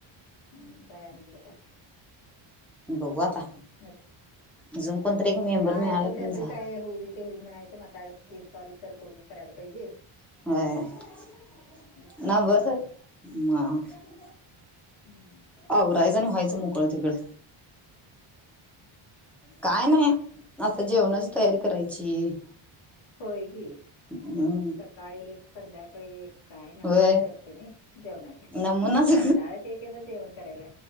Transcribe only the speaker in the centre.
बगू आता
अजून कोणतरी एक मेंबर
मिळाला
की
म
झालं.
होय
<unintelligible>
आवरायचं आणि व्हायचं मोकळं तिकडं.
काय नाही आता जेवणाची तयारी करायची.
हम्म
होय
नमुनाच